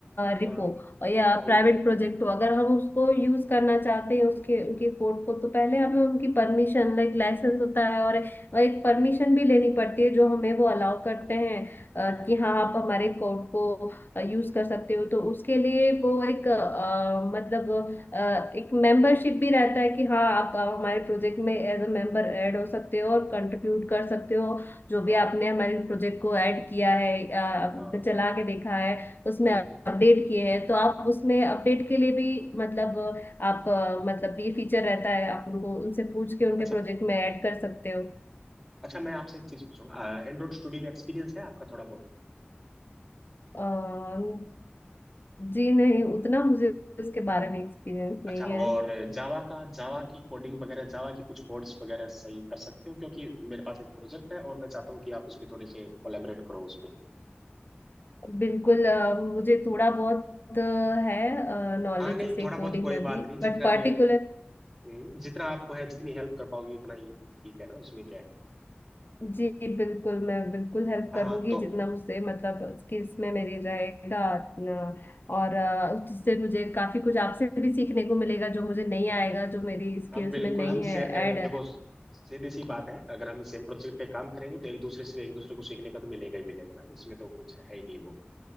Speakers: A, on the left (about 55°); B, in the centre.
A: रिपो
B: हाँ
A: या
B: हम्म
A: प्राइवेट प्रोजेक्ट हो अगर हम उसको यूज करना चाहते हैं उसके उनके कोड को तो पहले हमें उनकी परमिशन लाइक लाइसेंस होता है और, और एक परमिशन भी लेनी पड़ती है जो हमें वो अलाउ करते हैं अ,
B: हम्म
A: कि हाँ आप हमारे कोड को यूज कर सकते हो तो उसके लिए वो एक अ, मतलब अ, एक मेंबरशिप भी रहता है कि हाँ आप अ, हमारे प्रोजेक्ट में एज अ
B: हम्म,
A: मेंबर ऐड हो सकते हो और कंट्रीब्यूट कर सकते हो जो
B: हाँ
A: भी आपने हमारे प्रोजेक्ट को ऐड किया है अ,
B: हाँ
A: चला के देखा है उसमें
B: हम्म
A: अपडेट किए हैं तो आप उसमें अपडेट के लिए भी मतलब आप अ, मतलब ये फीचर रहता है आप उनको उनसे पूछ के उनके
B: अच्छा
A: प्रोजेक्ट में ऐड कर सकते हो
B: अच्छा मैं आपसे एक चीज पूछूंगा एंड्रॉइड स्टूडियो में एक्सपीरियंस है आपका थोड़ा बहुत
A: अ, जी नहीं उतना मुझे उसके बारे में एक्सपीरियंस नहीं
B: अच्छा
A: है
B: और जावा का जावा की कोडिंग वगैरह जावा की कुछ कोड्स वगैरह सही कर सकते हो क्योंकि मेरे पास एक प्रोजेक्ट है और मैं चाहता हूँ कि आप उस पर थोड़े से कोलेबरेट करो उस पे
A: बिल्कुल अ, मुझे थोड़ा बहुत अ, है नॉलेज
B: हाँ नहीं
A: जैसे
B: थोड़ा बहुत
A: कोडिंग
B: कोई
A: में
B: बात
A: भी
B: नहीं जितना
A: बट पर्टिकुलर
B: भी है हम्म, जितना आपको है जितनी हेल्प कर पाओगे उतना ही ठीक है ना उसमें क्या है
A: जी बिल्कुल मैं बिल्कुल हेल्प
B: हाँ
A: करूंगी
B: तो
A: जितना मुझसे मतलब स्किल्स में मेरे रहेगा न, और अ, जिससे मुझे काफी कुछ आपसे भी सीखने को मिलेगा जो मुझे नहीं आएगा जो मेरी स्किल्स
B: अब बिल्कुल
A: में नहीं
B: हम
A: है
B: शेयर करेंगे
A: ऐड
B: देखो सीधी सी बात है अगर हम सेम प्रोजेक्ट पे काम करेंगे तो एक दूसरे से एक दूसरे को सीखने का तो मिलेगा ही मिलेगा ना उसमें तो कुछ है ही नहीं वो